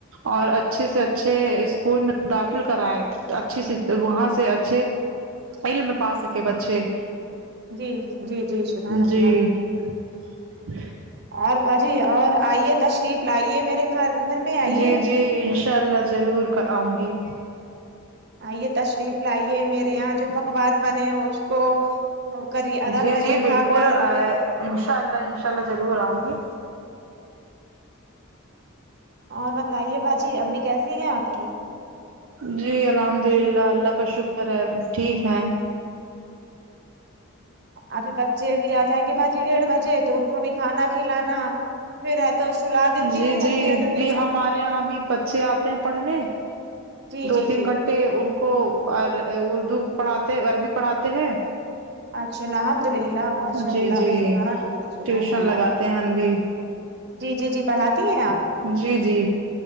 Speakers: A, on the right; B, on the right.
A: اور اچھے سے اچھے اسکول میں داخل کرائیں اچھے سے وہاں سے اچھے علم پا سکے بچے
B: جی جی جی شبان اللہ
A: جی <inaudible>
B: اور با جی اور آئیے تشریف لائیے میرے گھر گھر میں آئیے
A: جی جی انشاء اللہ ضرور آؤں گی
B: آئیے تشریف لائیے میرے یہاں جو پکوان بنے اس کو کری ادا
A: جی
B: کریے
A: جی بالکل
B: کھا کر
A: انشاء اللہ انشاء اللہ ضرور آؤں گی
B: اور بتائیے باجی امی کیسی ہیں آپ کی
A: جی الحمد للہ اللہ کا شکر ہے ٹھیک ہیں
B: ابھی بچے بھی آ جائیں گے باجی ڈیڑھ بجے تو ان کو بھی کھانا کھلانا پھر ہے تو سلا
A: جی
B: دیتی ہوں
A: جی
B: اور پھر ہے تو ٹیوشن
A: جی ہمارے یہاں بھی بچے آتے ہیں پڑھنے
B: جی جی
A: دو تین
B: جی
A: گھنٹے ان کو اردو پڑھاتے عربی پڑھاتے ہیں
B: اچھا الحمد للہ ماشاء
A: جی
B: اللہ
A: جی
B: شبحان اللہ شبحان
A: ٹیوشن
B: اللہ
A: لگاتے ہیں ہم بھی
B: جی جی جی پڑھاتی ہیں آپ
A: جی جی